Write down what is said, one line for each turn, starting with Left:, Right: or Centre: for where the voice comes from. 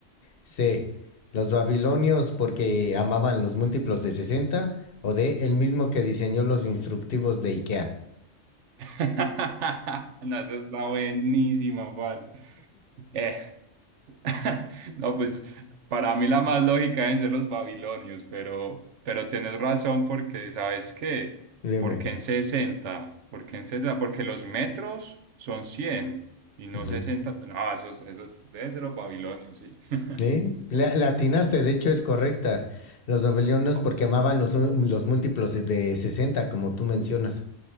Left: C, Los babilonios porque amaban los múltiplos de sesenta O D. El mismo que diseñó los instructivos de IKEA.
Right: <laughs> No, esa está buenísima, parce. Eh, <laughs> No, pues para mí la más lógica deben ser los babilonios, pero, pero tienes razón porque, ¿sabes qué?
Left: Dime.
Right: Porque en sesenta, porque en sesenta, porque los metros son 100 y no
Left: Ujú.
Right: sesenta, No, esos, esos deben ser los babilonios, sí. <laughs>
Left: ¿Eh? La, la atinaste, de hecho es correcta. Los babilonios
Right: Oh,
Left: porque amaban los, los múltiplos de 60 como tú mencionas.